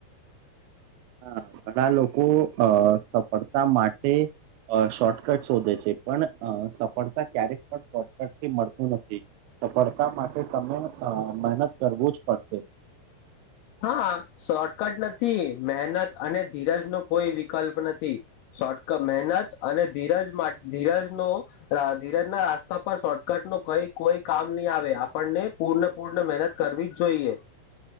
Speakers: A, on the right (about 85°); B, on the left (about 85°).
A: હા ઘણા લોકો અ સફળતા માટે અ શોર્ટકટ શોધે છે, પણ અ સફળતા ક્યારેક પણ શોર્ટકટથી મલતું નથી સફળતા માટે તમે અ મહેનત કરવું જ પડશે
B: હ હા શોર્ટકટ નથી મહેનત અને ધીરજ નો કોઈ વિકલ્પ નથી શોર્ટક મહેનત અને ધીરજ મા ધીરજનો રા ધીરજ ના રાસ્તા પર શોર્ટકટનો કઈ કોઈ કામ નહી આવે આપણને પૂર્ણ પૂર્ણ મહેનત કરવી જ જોઈએ